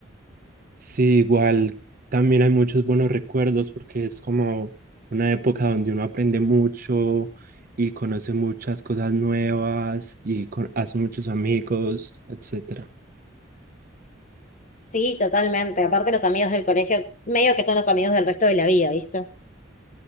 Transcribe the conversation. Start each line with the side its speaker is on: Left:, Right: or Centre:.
Right: Sí, igual también hay muchos buenos recuerdos porque es como una época donde uno aprende mucho y conoce muchas cosas nuevas y con- hace muchos amigos, etcétera.
Left: Sí, totalmente. Aparte los amigos del colegio, medio que son los amigos del resto de la vida, ¿viste?